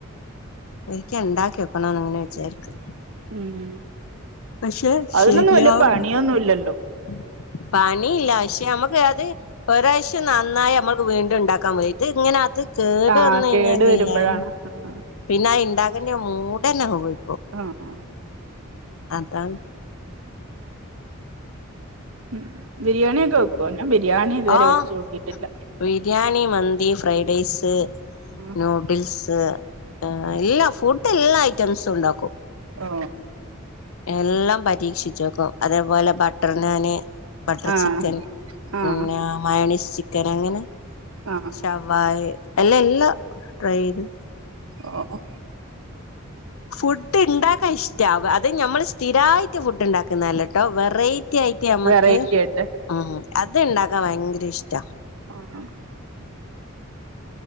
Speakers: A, on the left (about 80°); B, on the right (about 75°).
A: ഒരിക്ക ഉണ്ടാക്കി വെക്കണംന്ന് അങ്ങനെ വിചാരിക്ക
B: ഉം
A: പക്ഷെ
B: അതിനൊന്നും
A: ശരിയാവും
B: വല്യ പണിയൊന്നും ഇല്ലല്ലോ
A: <inaudible> പണിയില്ല പക്ഷെ നമുക്ക് അത് ഒരാഴ്ച്ച നന്നായി നമ്മുക്ക് വീണ്ടും ഇണ്ടാക്കാൻ പോതിട്ട് ഇദ് ഇങ്ങനെ അത് കേടു
B: ആഹ്
A: വന്ന കഴിഞ്ഞാലല്ലേ
B: കേട് വരുമ്പോഴാണ് ആഹ്
A: പിന്നെ ആ ഉണ്ടാക്കുന്ന മൂടന പോയി
B: ആ ആ
A: അത
B: ഉം ബിരിയാണിയൊക്കെ വെക്ക ന്ന ബിരിയാണി ഇതുവരെ
A: ആഹ്
B: വെച്ചോകിട്ടില്ല
A: ബിരിയാണി മന്തി ഫ്രൈ ഡെയ്സ്
B: ആഹ്
A: ന്യൂഡിൽസ് ആ എല്ല ഫുഡ് എല്ലാ ഐറ്റംസും ഉണ്ടാക്കും
B: ഓ
A: എല്ലാം പരീക്ഷിച്ചോക്കും അതേപോലെ ബട്ടർ നാന് ബട്ടർ
B: ആഹ്
A: ചിക്കൻ
B: ആഹ്
A: പിന്നെ മയോണിസ് ചി ചിക്കൻ അങ്ങനെ
B: ആഹ്
A: ശവായ എല്ല എല്ലാം ട്രൈ ചെയ്ത്
B: ഓ
A: ഫുഡ് ഉണ്ടാക്കാൻ ഇഷ്ടവ അത് നമ്മൾ സ്ഥിരമായിട്ട് ഫുഡ് ഉണ്ടാക്കുന്നതല്ലട്ടോ വെറൈ യിറ്റി ആയിട്ട് നമ്മക്ക്
B: വെറൈറ്റി ആയിട്ട്
A: ഉ അത് ഇണ്ടാക്കാൻ ഭയങ്കര ഇഷ്ട
B: ആ ഹ